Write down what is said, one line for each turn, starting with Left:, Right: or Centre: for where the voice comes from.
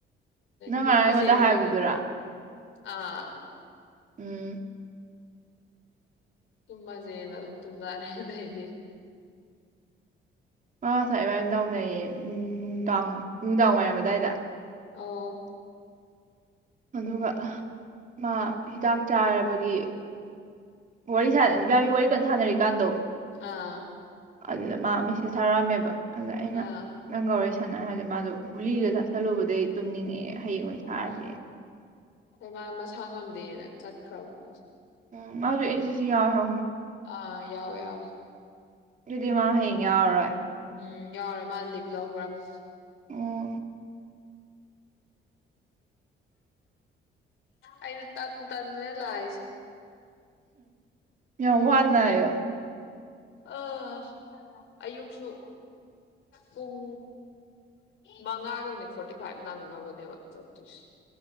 Right: ꯅꯪ
Left: ꯇꯨꯝꯃꯁꯦꯅ
Right: ꯉꯔꯥꯡ ꯑꯩꯉꯣꯟꯗ ꯍꯥꯏꯕꯗꯨꯔꯥ
Left: ꯑꯗꯨꯝ ꯑꯥ
Right: ꯎꯝ
Left: ꯇꯨꯝꯃꯖꯦꯅ ꯑꯗꯨꯝ ꯇꯨꯝꯅꯔꯦ ꯑꯗꯨꯗꯩꯗꯤ
Right: ꯑ ꯉꯁꯥꯢ ꯏꯕꯥꯏꯟ ꯇꯧꯅꯩꯌꯦ ꯅꯨꯡꯗꯥꯡ ꯅꯨꯡꯗꯥꯡ ꯋꯥꯏꯔꯝ ꯑꯗꯥꯏꯗ
Left: ꯑꯣ
Right: ꯑꯗꯨꯒ ꯑ ꯃꯥ ꯍꯤꯗꯥꯛ ꯆꯥꯔꯕꯒꯤ ꯋꯥꯔꯤ ꯁꯥꯟꯅ ꯏꯕꯥꯅꯤ ꯋꯥꯔꯤ ꯀꯟꯅ ꯁꯥꯟꯅꯔꯤꯀꯥꯟꯗꯣ
Left: ꯑꯥ
Right: ꯑꯗꯨꯗ ꯃꯥ ꯃꯦꯁꯦꯁ ꯊꯥꯔꯛꯑꯝꯃꯦꯕ ꯑꯗ ꯑꯩꯅ
Left: ꯑꯥ
Right: ꯅꯪꯒ ꯋꯥꯔꯤ ꯁꯥꯟꯅꯔꯦ ꯍꯥꯏꯔꯗꯤ ꯃꯥꯖꯨ ꯒꯨꯂꯤꯒ ꯆꯥꯥꯁꯜꯂꯨꯕꯗꯩ ꯑꯩ ꯇꯨꯝꯅꯤꯡꯉꯦ ꯍꯌꯦꯡꯑꯣꯏ
Left: ꯑꯣ
Right: ꯁꯔꯁꯦ
Left: ꯃꯥ ꯃꯁꯥ ꯉꯝꯗꯦꯅ ꯆꯠꯈ꯭ꯔꯒꯨꯝ
Right: ꯎ ꯃꯥꯁꯨ ꯑꯦꯟ ꯁꯤꯁꯤ ꯌꯥꯎꯋꯦ ꯍꯥ
Left: ꯑꯥ ꯌꯥꯎꯋꯦ ꯌꯥꯎꯋꯦ
Right: ꯑꯗꯨꯗꯤ ꯃꯥ ꯍꯌꯦꯡ ꯌꯥꯎꯔꯔꯣꯏ
Left: ꯎꯝ ꯌꯥꯎꯔꯔꯣꯏ ꯃꯥ ꯂꯤꯞ ꯂꯧꯒ꯭ꯔꯅꯤ
Right: ꯎꯝ
Left: ꯑꯩꯁꯨ ꯇꯜ ꯇꯜ ꯅꯦ ꯂꯥꯛꯏꯁꯦ
Right: ꯌꯥꯝ ꯋꯥꯅꯌꯣ
Left: ꯑꯥ ꯑꯌꯨꯛꯁꯨ ꯄꯨꯡ ꯃꯉꯥꯒ ꯃꯤꯅꯤꯠ ꯐꯣꯔꯇꯤ ꯐꯥꯏꯚ ꯅꯪ ꯗꯕꯅꯦꯕ ꯆꯠꯇꯨꯁ